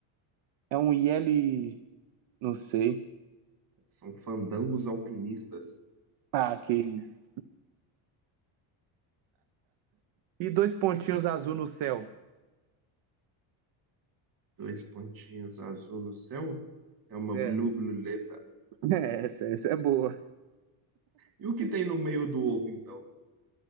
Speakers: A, on the right; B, on the right.
A: É um IL. Não sei.
B: são fandangos alpinistas.
A: Ah, que isso. E dois pontinhos azul no céu.
B: Dois pontinhos azul no céu? É uma
A: É.
B: blue
A: <laughs>
B: bluleta.
A: É, essa, essa é boa.
B: E o que tem no meio do ovo, então?